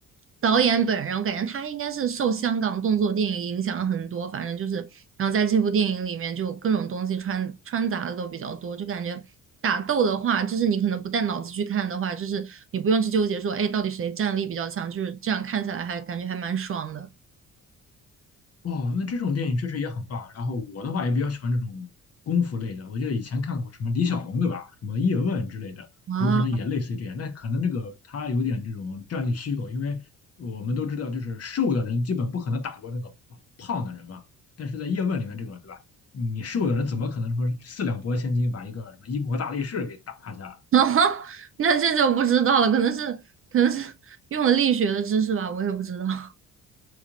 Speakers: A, on the right; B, on the left.
A: 导演本人，我感觉他应该是受香港动作电影影响很多，反正就是，然后在这部电影里面就各种东西穿穿杂的都比较多，就感觉打斗的话，就是你可能不带脑子去看的话，就是你不用去纠结说，哎，到底谁战力比较强，就是这样看起来还感觉还蛮爽的。
B: 哇，那这种电影确实也很棒。然后我的话也比较喜欢这种功夫类的，我记得以前看过什么李小龙，对吧？什么叶问之类的，
A: 啊，
B: 有可能也类似于这样。但可能这个他有点这种战略虚构，因为我们都知道，就是瘦的人基本不可能打过那个胖的人嘛。但是在叶问里面，这个对吧？你瘦的人怎么可能说四两拨千斤把一个什么英国大力士给打趴下？
A: <laughs> 那这就不知道了，可能是可能是用了力学的知识吧，我也不知道。<laughs>